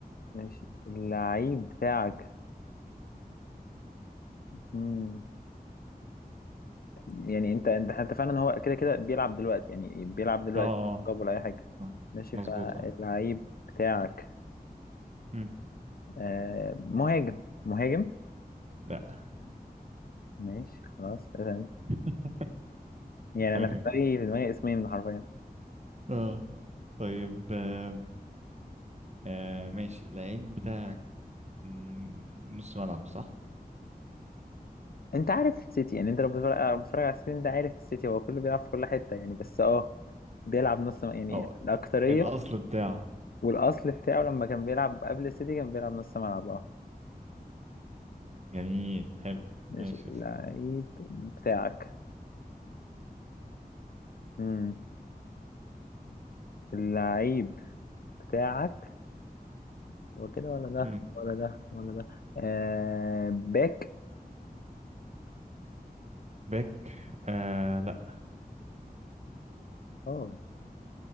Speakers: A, on the left; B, on the right.
A: ماشي اللعيب بتاعك مم. يعني انت انت انت فعلا هو كده كده بيلعب دلوقتي يعني بيلعب دلوقتي
B: اه اه
A: طب ولا اي حاجه
B: اه
A: ماشي
B: مظبوط
A: فاللعيب
B: اه
A: بتاعك
B: مم.
A: آه مهاجم مهاجم
B: لا
A: ماشي خلاص تمام.
B: <laughs>
A: يعني
B: ايوه
A: انا في دماغي في دماغي اسمين حرفيا
B: اه طيب آه آه، ماشي اللعيب بتاعك مم، نص ملعب صح؟
A: انت عارف السيتي يعني انت لو بتتفرج لو بتتفرج على السيتي ده عارف السيتي هو كله بيلعب في كل حته يعني بس اه بيلعب نص م- يعني
B: اه
A: الاكتريه
B: الأصل بتاعه
A: والاصل بتاعه لما كان بيلعب قبل السيتي كان بيلعب نص ملعب اه
B: جميل حلو
A: ماشي
B: ماشي
A: اللعيب
B: يا سيدي.
A: بتاعك امم اللعيب بتاعك هو كده ولا ده
B: مم.
A: ولا ده ولا ده آه باك
B: باك آه لا
A: اه